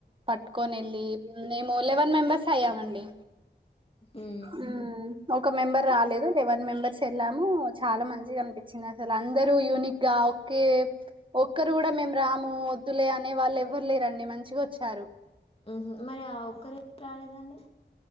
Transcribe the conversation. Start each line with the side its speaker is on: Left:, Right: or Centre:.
Right: పట్టుకొనెళ్ళి, మేమూ లెవన్ మెంబెర్స్ అయ్యామండి.
Left: ఉమ్
Right: ఉమ్ ఒక్ ఒక మెంబర్ రాలేదు. లెవెన్ మెంబర్స్ ఎళ్ళాము, చాలా మంచ్ చిగన్పించింది అసలు. అందరూ యూనిక్ గా ఒక్కే, ఒక్కరు కూడా మేము రాము, వద్దులే అనే వాళ్ళు ఎవ్వరు లేరండి. మంచిగ ఒచ్చారు.
Left: ఉమ్ హు, మరి ఆ ఒక్కరు ఎందుకు రాలేదండి?